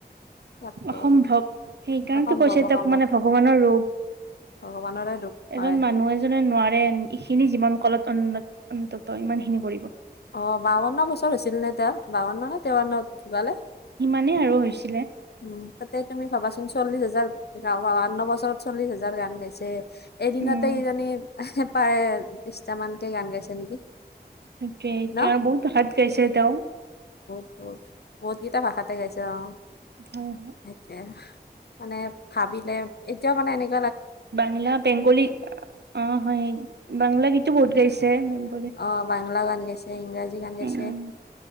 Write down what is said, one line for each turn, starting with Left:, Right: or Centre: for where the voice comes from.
Left: বাপৰে
Right: অসম্ভৱ সেইকাৰণটো
Left: অসম্ভৱ
Right: কৈছে
Left: অসম্ভৱ
Right: তেওঁক মানে ভগৱানৰ ৰপ
Left: ভগৱানৰে দুখ হয়
Right: এজন মানুহ এজনে নোৱাৰে এইখিনি যিমান কলত অ অন্তত ইমান খিনি পৰিব
Left: অ বাৱন্ন বছৰ হৈছিল নে তাত বাৱন্ন ন তেৱন্ন ভকালে
Right: মান আৰু হৈছে
Left: উম তাতে তুমি ভাবাচোন চল্লিশ হাজাৰ বাৰন বছৰত চল্লিশ হাজাৰ গান গাইছে এদিনতে
Right: উম
Left: ইজনী প্ৰায় বিশছটা মানকে গান গাইছে নেকি
Right: তাকে
Left: ন
Right: ত বহুত ঘাত কছেটাও
Left: বত বহুত কেইটা ভাষাতে গাইছ অ
Right: হয় হয়
Left: সেইটোৱে মানে ভাবিলে এতিয়া মানে এনেকে
Right: বাংলা বেংগলী অ হয় বাংলা গীতো বহুত গাইছেংগ
Left: অ বাংলা গান গাইছে ইংৰাজী গান গাইছে
Right: উম